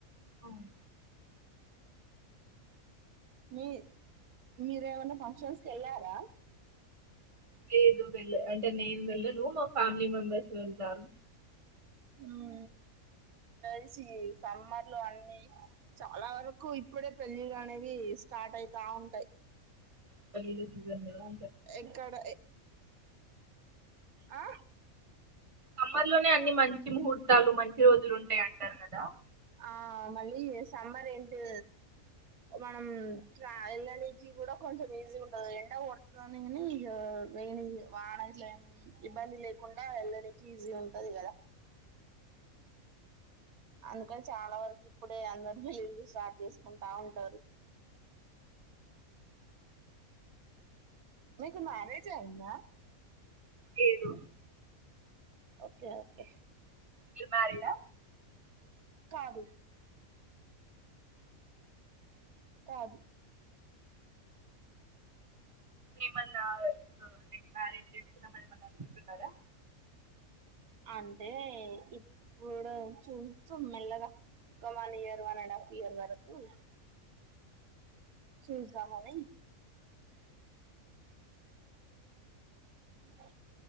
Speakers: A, on the right; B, on the right.
A: అవును.
B: మీ మీరేమన్నా ఫంక్షన్స్ కెల్లారా
A: లేదు వెళ్ళ అంటే నేను మా వ్ ఫ్యామిలీ మెంబర్స్ వెళ్తారు
B: ఉ ఇసి సమ్మర్లు అన్ని చాలా వరకు ఇప్పుడే పెళ్ళిళ్ళనేవి స్టార్ట్ అయితా ఉంటాయి
A: పలిల సీజన్ లేదా
B: ఎక్కడ ఆ
A: సమ్మర్ లోనే అన్ని మంచి ముహూర్తాలు మంచి రోజులు ఉంటాయి అంటారు కదా
B: ఆ మళ్ళీ చెస్ సమ్మర్ ఏంటి మనం వెళ్ళనీనకి కూడా కొంచెం ఈజీ ఉంటంది ఎండ కొడుతుదని గానీ ఇక వెని వాన ఇట్లా ఏం ఇబ్బంది లేకుండా ఏళ్ళనీకి ఈజీ ఉంటది కదా అందుకని చాలా వరకు ఇప్పుడే అందరు బిలీళ్ళు చేసుకుంటా ఉంటారు మీకు మ్యారేజ్ అంద
A: ఏదో
B: ఓకే ఓకే
A: మీరు మరిడా
B: కాదు కాదు
A: ఏమన్నాలైక్ ఆ మ్యారేజ్ చేసున్నామని ఏమ అనుకుంటున్నారా
B: అంటే ఇప్పుడు చూస్తు మెల్లగా one year one and half year వరకు చూదామని బ